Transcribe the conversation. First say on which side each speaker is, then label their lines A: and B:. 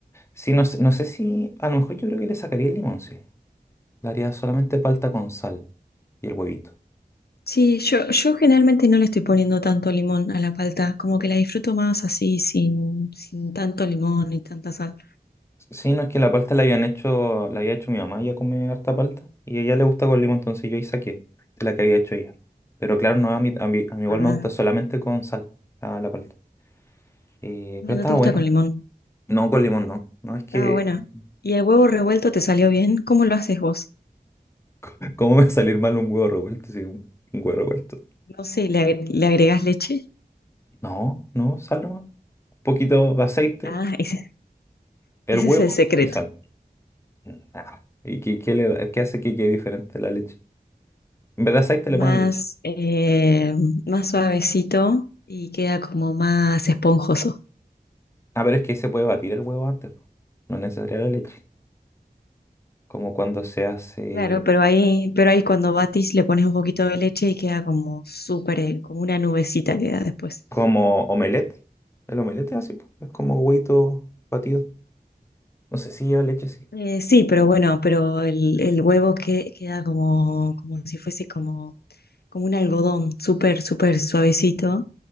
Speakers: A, on the left; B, on the left.
A: sí, no, sé- no sé si, a lo mejor yo creo que le sacaría el limón, sí. Le haría solamente palta con sal y el huevito.
B: Sí, yo, yo generalmente no le estoy poniendo tanto limón a la palta, como que la disfruto más así, sin, sin tanto limón y tanta sal.
A: Sí, no es que la palta la habían hecho, la había hecho mi mamá, ella come harta palta y a ella le gusta con limón, entonces yo ahí saqué de la que había hecho ella. Pero claro, no, a mí, a mí, a mí igual
B: Ah,
A: me gusta solamente con sal la, la palta. Eh,
B: mira,
A: pero estaba
B: no te gusta
A: bueno.
B: con limón.
A: No, con limón no. No es que,
B: Está buena. ¿Y el huevo revuelto te salió bien? ¿Cómo lo haces vos?
A: <laughs> ¿cómo me va a salir mal un huevo revuelto? Sí, un, un huevo revuelto.
B: No sé, ¿le, agre- le agregás leche?
A: No, no, sal nomás. Un poquito de aceite,
B: Ah, ese,
A: el
B: ese
A: huevo
B: es el secreto.
A: y sal. Nada. ¿Y qué, qué le da- qué hace que quede diferente la leche? En vez de aceite
B: Más,
A: le ponen leche.
B: eh, más suavecito y queda como más esponjoso.
A: Ah, pero es que se puede batir el huevo antes, po. No es necesaria la leche. como cuando se hace
B: Claro, pero ahí, pero ahí cuando batís le pones un poquito de leche y queda como súper, eh, como una nubecita queda después.
A: como omelette. El omelette es así, po, es como huevito batido. No sé si lleva leche, sí,
B: Eh, sí, pero bueno, pero el, el huevo que, queda como, como si fuese como, como un algodón, súper, súper suavecito.